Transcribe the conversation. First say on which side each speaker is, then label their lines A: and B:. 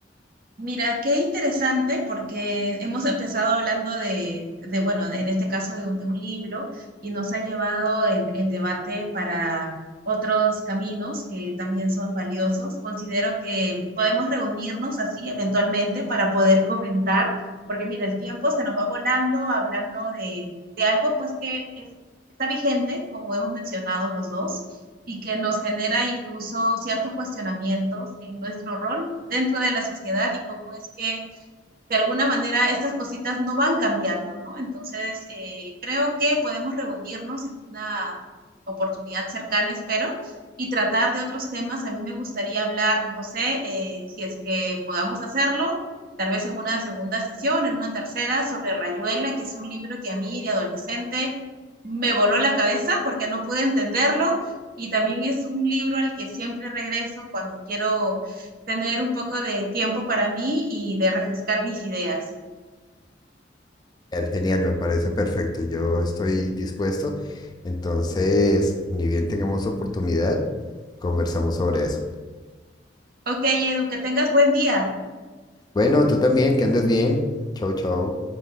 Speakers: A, on the right (about 55°); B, on the left (about 25°).
A: Mira, qué interesante porque hemos empezado hablando de, de, bueno, en este caso de un, de un libro y nos ha llevado el, el debate para otros caminos que también son valiosos. Considero que podemos reunirnos así eventualmente para poder comentar, porque mira, el tiempo se nos va volando hablando de, de algo pues que es- está vigente, como hemos mencionado los dos, y que nos genera incluso ciertos cuestionamientos en nuestro rol dentro de la sociedad y cómo es que de alguna manera estas cositas no van cambiando, ¿no? Entonces, eh, creo que podemos reunirnos en una oportunidad cercana, espero, y tratar de otros temas. A mí me gustaría hablar, no sé, eh, si es que podamos hacerlo, tal vez en una segunda sesión, en una tercera, sobre Rayuela, que es un libro que a mí de adolescente me voló la cabeza porque no pude entenderlo. Y también es un libro al que siempre regreso cuando quiero tener un poco de tiempo para mí y de refrescar mis ideas.
B: Genial, genial, me parece perfecto. Yo estoy dispuesto. Entonces, ni bien tengamos oportunidad, conversamos sobre eso.
A: Ok, Edu, que tengas buen día.
B: Bueno, tú también, que andes bien. Chau, chau.